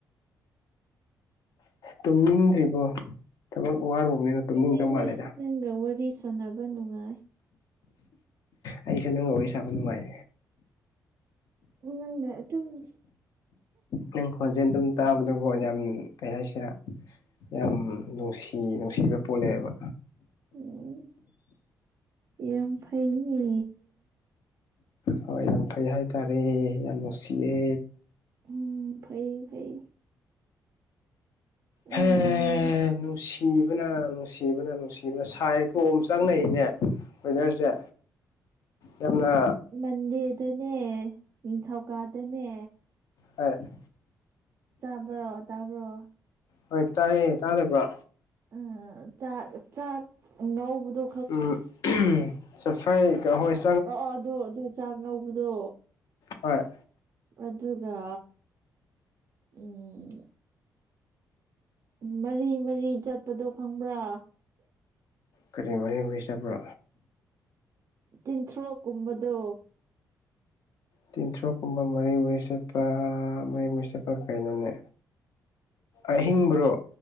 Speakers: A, on the left; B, on the right.
A: ꯇꯨꯝꯅꯤꯡꯗ꯭ꯔꯤꯕꯣ ꯊꯕꯛ ꯋꯥꯔꯨꯕꯅꯤꯅ
B: ꯇꯨꯝꯅꯤꯡꯗꯦ
A: ꯇꯨꯝꯅꯤꯡꯗꯧ ꯃꯥꯜꯂꯦꯗ
B: ꯅꯪꯒ ꯋꯥꯔꯤ ꯁꯥꯟꯅꯕ ꯅꯨꯡꯉꯥꯏ
A: ꯑꯩꯁꯨ ꯅꯪꯒ ꯋꯥꯔꯤ ꯁꯥꯕ ꯅꯨꯡꯉꯥꯏ
B: ꯅꯪꯒ ꯑꯗꯨꯝꯁ
A: ꯅꯪ ꯈꫭꯟꯖꯦꯜ ꯑꯗꯨꯝ ꯇꯥꯕꯗ ꯀꫭ ꯌꯥꯝ ꯀꯩ ꯍꯥꯏꯁꯤꯔꯥ ꯌꯥꯝ ꯅꯨꯡꯁꯤ ꯅꯨꯡꯁꯤꯕ ꯄꯣꯜꯂꯛꯑꯦꯕ
B: ꯎꯝ ꯌꯥꯝ ꯐꯩꯅꯦ
A: ꯍꯣꯏ ꯌꯥꯝ ꯐꯩ ꯍꯥꯏꯇꯥꯔꯦ ꯌꯥꯝ ꯅꯨꯡꯁꯤꯌꯦ
B: ꯎꯝ ꯐꯩ ꯐꯩ ꯎꯝ
A: ꯍꯦ ꯅꯨꯡꯁꯤꯕꯅ ꯅꯨꯡꯁꯤꯕꯅ ꯅꯨꯡꯁꯤꯕꯅ ꯁꯥꯏ ꯇꯣꯝ ꯑꫭꯝꯆꯥꯛꯅꯩꯅꯦ ꯋꯦꯗꯔꯁꯦ ꯌꯥꯝꯅ
B: ꯃꯟꯗꯦꯗꯅꯦ ꯅꯤꯡꯊꯧꯀꯥꯗꯅꯦ
A: ꯍꫭꯏ
B: ꯆꯥꯕ꯭ꯔꯣ ꯇꯥꯕ꯭ꯔꯣ
A: ꯍꯣꯏ ꯇꯥꯏꯌꯦ ꯇꯥꯗꯕ꯭ꯔꯣ
B: ꯎꯝ ꯆꯥꯛ ꯆꯥꯛ ꯉꯥꯎꯕꯗꯣ
A: ꯎꯝ <unintelligible>
B: ꯑꫭ ꯑꫭ ꯑꯗꯣ ꯑꯗꯨ ꯆꯥꯛ ꯉꯧꯕꯗꯣ꯫
A: ꯍꫭꯏ
B: ꯑꯗꯨꯒ ꯎꯝ ꯃꯔꯤ ꯃꯔꯤ ꯆꯠꯄꯗꯣ ꯈꯪꯕ꯭ꯔꯥ
A: ꯀꯔꯤ ꯃꯔꯤ ꯃꯔꯤ ꯆꯠꯕ꯭ꯔꯣ
B: ꯇꯤꯟꯊ꯭ꯔꯣꯛ ꯀꯨꯝꯕꯗꯣ
A: ꯇꯤꯟꯊ꯭ꯔꫭꯛꯀꯨꯝꯕ ꯃꯔꯤ ꯃꯔꯤ ꯆꯠꯄ ꯃꯔꯤ ꯃꯔꯤ ꯆꯠꯄ ꯀꯩꯅꯣꯅꯦ ꯑꯍꯤꯡꯕ꯭ꯔꯣ